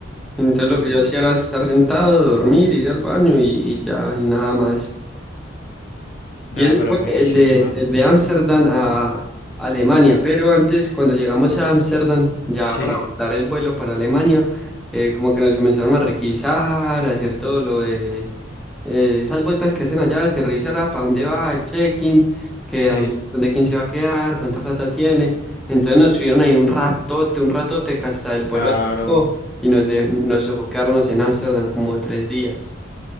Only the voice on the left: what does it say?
Uy,
no,
nada,
pero
muy
chimba.
Sí,
sí,
claro.